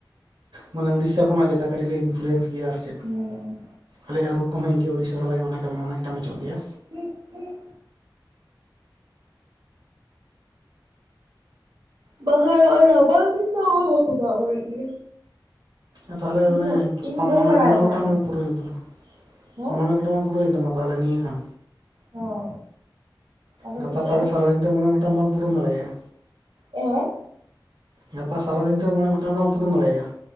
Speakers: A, on the right (about 80°); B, on the right (about 70°).
A: ᱢᱟᱱᱮ ᱩᱲᱤᱥᱥᱟ ᱠᱷᱚᱱᱟᱜ ᱡᱟᱫᱟ ᱠᱟᱹᱲᱤ ᱞᱮ ᱤᱱᱯᱷᱩᱭᱮᱱᱥ ᱜᱮᱭᱟ ᱟᱨ ᱪᱮᱫ ᱾
B: ᱦᱩᱸ᱾
A: ᱟᱞᱮᱭᱟᱜ ᱨᱩ ᱠᱚᱦᱚᱸ ᱤᱱᱠᱟᱹ ᱩᱲᱤᱥᱥᱟ ᱥᱟᱞᱟᱜ ᱜᱮ ᱢᱚᱱᱮ ᱠᱟᱜ ᱢᱮ ᱚᱱᱮᱠ ᱢᱮᱪᱚᱜ
B: <inaudible>
A: ᱜᱮᱭᱟ
B: ᱵᱟᱠᱷᱟᱱ ᱦᱚᱸᱜ ᱚ ᱨᱟᱵᱟᱝ ᱫᱤᱱ ᱫᱚ <unintelligible> ᱵᱟᱠᱚ ᱢᱟᱜ ᱢᱚᱬᱮᱜ ᱜᱮᱭᱟ᱾
A: ᱟ ᱛᱟᱦᱚᱞᱮ
B: ᱤᱧ
A: ᱚᱱᱮ
B: ᱫᱚ ᱤᱧ ᱫᱚ ᱵᱟᱹᱧ
A: ᱢᱚᱬᱮ
B: ᱵᱟᱲᱟᱭ
A: ᱢᱚᱬᱮ
B: ᱛᱟᱦᱮᱸᱜᱼᱟ
A: ᱜᱚᱴᱟᱝ ᱯᱩᱨᱟᱹᱭᱮᱱ ᱛᱟᱢᱟ,
B: ᱦᱮᱸ
A: ᱢᱚᱬᱮ ᱜᱚ ᱼᱼ ᱴᱟᱝᱟ ᱯᱩᱨᱟᱹᱣᱮᱱ ᱛᱟᱢᱟ ᱛᱟᱦᱚᱞᱮ ᱱᱤᱭᱟᱹ ᱠᱷᱟᱱ?
B: ᱦᱚᱸ᱾ ᱟᱫᱚ
A: ᱜᱟᱯᱟ
B: ᱪᱤᱠᱟᱹᱜᱼᱟ
A: ᱛᱟᱦᱚᱞᱮ ᱥᱟᱨᱟᱫᱤᱱ ᱛᱮ ᱢᱚᱬᱮ ᱜᱚᱴᱟᱝ ᱵᱟᱢ ᱯᱩᱨᱩᱱ ᱫᱟᱲᱮᱭᱟᱜ-ᱟ?
B: ᱮᱻ
A: ᱜᱟᱯᱟ ᱥᱟᱨᱟᱫᱤᱱ ᱛᱮ ᱢᱚᱬᱮ ᱜᱚᱴᱟᱝ ᱵᱟᱢ ᱯᱩᱨᱩᱱ ᱫᱟᱲᱮᱭᱟᱜ-ᱟ?